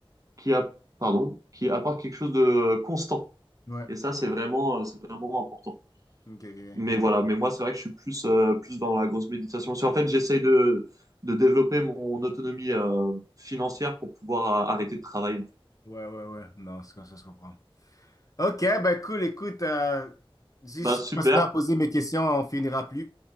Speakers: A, on the right (about 35°); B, on the left (about 35°).
A: qui a, pardon, qui apporte quelque chose de euh, constant.
B: Ouais.
A: Et ça, c'est vraiment, euh, c'est vraiment important.
B: Ok, ok. ok.
A: Mais voilà, mais moi, c'est vrai que je suis plus, euh, plus dans la grosse méditation. C'est en fait, j'essaye de, de développer mon autonomie euh, financière pour pouvoir euh, arrêter de travailler, en fait.
B: Ouais, ouais, ouais. Non, c'est comme ça, se comprend. Ok, ben cool, écoute. euh, si
A: Bah,
B: si
A: super.
B: je continue à poser mes questions, on finira plus.